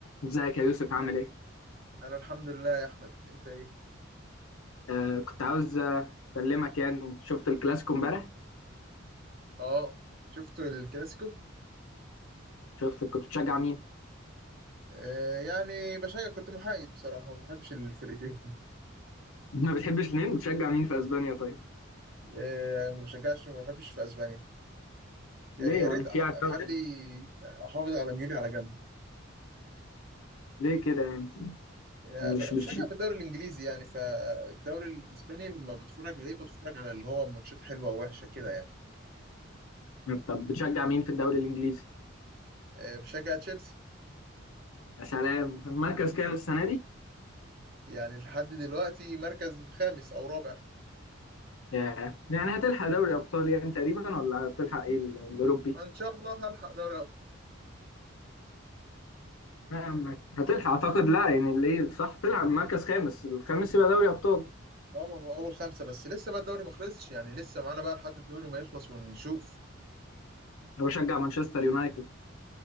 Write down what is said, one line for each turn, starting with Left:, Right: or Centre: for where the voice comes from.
Left: ازيك يا يوسف عامل ايه؟
Right: انا الحمد لله يا احمد انت ايه
Left: آه كنت عاوز آه، اكلمك يعني شفت الكلاسيكو امبارح؟
Right: اه شفت الكلاسيكو
Left: شفت كنت بتشجع مين؟
Right: آه يعني بشجع كنت محايد بصراحه ما بحبش الفرقتين
Left: <laughs> ما بتحبش مين؟ بتشجع مين في اسبانيا طيب؟
Right: <laughs> آه ما بشجعش ما بحبش في اسبانيا يعني
Left: ليه يا
Right: يا ريت
Left: عم في
Right: أح-
Left: عداوة
Right: اخلي احافظ على ميولي على جنب
Left: ليه كده يعني؟
Right: يعني
Left: مش
Right: أنا
Left: مش
Right: بشجع في الدوري الانجليزي يعني فالدوري الاسباني لما بتفرج عليه بتفرج على اللي هو ماتشات حلوه ووحشه كده يعني
Left: طب بتشجع مين في الدوري الانجليزي؟
Right: آه بشجع تشيلسي
Left: يا سلام مركز كام السنة دي؟
Right: يعني لحد دلوقتي مركز خامس او رابع
Left: ياه. يعني هتلحق دوري ابطال يعني تقريبا ولا هتلحق ايه ال- الاوروبي؟
Right: ان شاء الله هلحق دوري
Left: آه، هتلحق اعتقد لا يعني اللي إيه، صح تلعب مركز خامس الخامس يبقى دوري ابطال
Right: اه ما هو اول خمسه بس لسه بقى الدوري ما خلصش يعني لسه معانا بقى لحد الدوري ما يخلص ونشوف
Left: انا بشجع مانشستر يونايتد